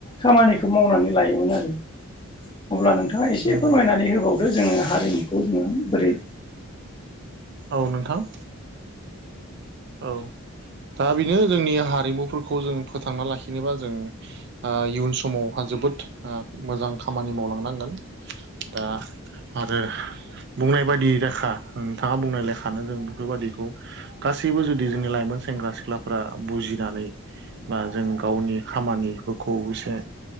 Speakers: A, on the left; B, on the right.
A: खामानिखौ मावनानै लायोमोन आरो। अब्ला नोंथाङा एसे
B: नंगौ
A: फोरमायनानै होबावदो जोंङो हारिमुखौ जोंङो बोरै
B: औ नोंथां। औ दा बेनो जोंनि हारिमुफोरखौ जों फोथांना लाखिनोबा जों ओ इयुन समावहा जोबोद ओ मोजां खामानि मावलांनांगोन दा आरो बुंनाय बायदि रेखा नोंथांङा बुंनाय लेखानो जों बेफोरबायदिखौ गासै सैबो जुदि जोंनि लाइमोन सेंग्रा सिख्लाफ्रा बुजिनानै बा जों गावनि खामानिफोरखौ एसे